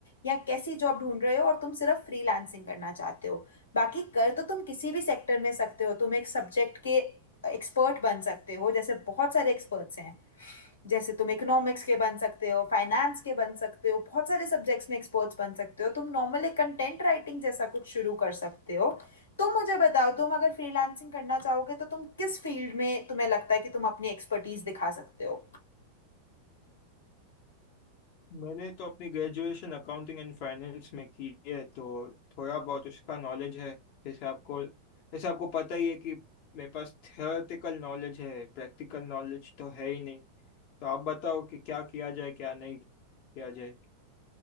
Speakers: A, on the left; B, on the left.
A: या कैसी जॉब ढूंढ रहे हो और तुम सिर्फ फ्रीलांसिंग करना चाहते हो बाकी कर तो तुम किसी भी सेक्टर में सकते हो तुम एक सब्जेक्ट के एक्सपर्ट बन सकते हो जैसे बहुत सारे एक्सपर्ट्स हैं जैसे तुम इकोनॉमिक्स के बन सकते हो फाइनेंस के बन सकते हो बहुत सारे सब्जेक्ट्स में एक्सपर्ट्स बन सकते हो तुम नॉर्मली कंटेंट राइटिंग जैसा कुछ शुरू कर सकते हो तो मुझे बताओ तुम अगर फ्रीलांसिंग करना चाहोगे तो तुम किस फील्ड में तुम्हें लगता है कि तुम अपनी एक्सपर्टीज दिखा सकते हो
B: मैंने तो अपनी ग्रेजुएशन अकाउंटिंग एंड फाइनेंस में की है तो थोड़ा बहुत उसका नॉलेज है जैसे आपको जैसे आपको पता ही है कि मेरे पास थियोरेटिकल नॉलेज है प्रैक्टिकल नॉलेज तो है ही नहीं तो आप बताओ कि क्या किया जाए क्या नहीं किया जाए